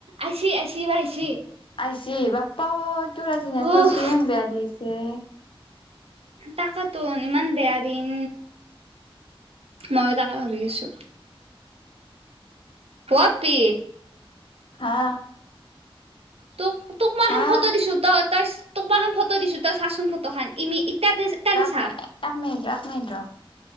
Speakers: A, on the right; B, on the left.
A: আহিছে আহিছি এবাৰ আহিছে
B: আইছে বাপা অ তোৰ আজি
A: হুহ
B: নেতৱৰ্কতো ইমান বেয়া দিছে।
A: তাকাতো ইমান বেয়া দিন ময়ো তাকে ভাবি আছো। অ পি
B: হা
A: তোক তোক মা
B: হা
A: খন ফটো দিছো তই ত তোক মা এখন ফটো দিছো তই চাচোন ফটো খান ইমি- ইতাতে ইতানে চা
B: মিন এক মিনিট এক মিনিট ৰ